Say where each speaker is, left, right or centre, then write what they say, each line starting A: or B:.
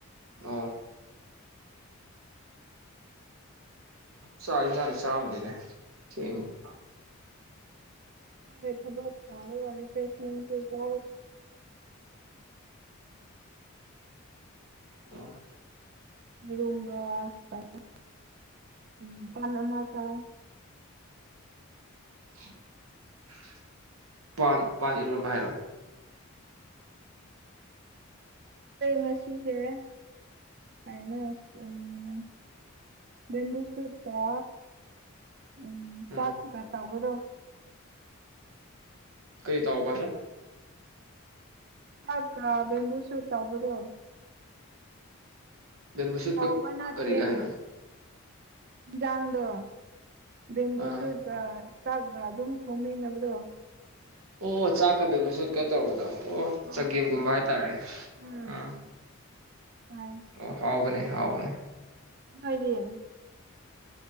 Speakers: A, on the right (about 75°); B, on the right (about 45°).
A: ꯑꯣ ꯆꯔꯦ ꯆꯅ <inaudible> ꯆ ꯃꯅꯦ ꯊ
B: ꯊꯕꯛꯥ ꯐꯦꯁ ꯆ ꯆ
A: <inaudible> ꯑꯣ
B: <inaudible>
A: <inaudible> ꯄꯥꯟ ꯄꯥꯟ ꯏꯔꯣꯟꯕ ꯍꯥꯏꯔꯣ
B: ꯃꯁꯤꯁꯦꯔꯦ ꯀꯅ ꯎꯝ ꯕꯨ ꯁꯠꯇ ꯎꯝ
A: ꯎꯝ
B: ꯆꯥꯛꯀ ꯇꯧꯕꯗꯣ
A: ꯀꯩ ꯇꯣ ꯄꯔ
B: ꯆꯥꯛꯀꯥ ꯕꯦꯝꯕꯨ ꯁꯨꯞꯀ ꯇꯧꯕꯗꯣ
A: ꯕꯦꯝꯕꯨ ꯁꯨꯠꯀ
B: ꯇꯧꯕ ꯅꯠꯇ꯭ꯔꯦ
A: ꯀꯔꯤꯒ ꯍꯥꯏꯅꯣ
B: ꯌꯥꯥꯡꯗꯣ ꯝꯕꯨ
A: ꯑꯥ
B: ꯁꯨꯔ <inaudible> ꯆꯥꯛꯒ ꯑꯗꯨꯝ ꯊꯣꯡꯃꯤꯟꯅꯕ꯭ꯔꯣ
A: ꯑꯣ ꯆꯥꯛꯀ ꯕꯦꯝꯕꯨꯁꯨꯛꯀ ꯁꯨꯠꯀ ꯇꯧꯕꯗꯣ ꯑꯣ ꯆꯒꯦꯝꯒꯨꯝꯕ
B: ꯎꯝ
A: ꯍꯥꯏꯇꯥꯔꯦ
B: ꯎꯝ
A: ꯑꯥ
B: ꯍꯣꯏ
A: ꯑꯣ ꯍꯥꯎꯕꯅꯦ ꯍꯥꯎꯕꯅꯦ
B: ꯑꯣꯏꯣꯏꯗꯤ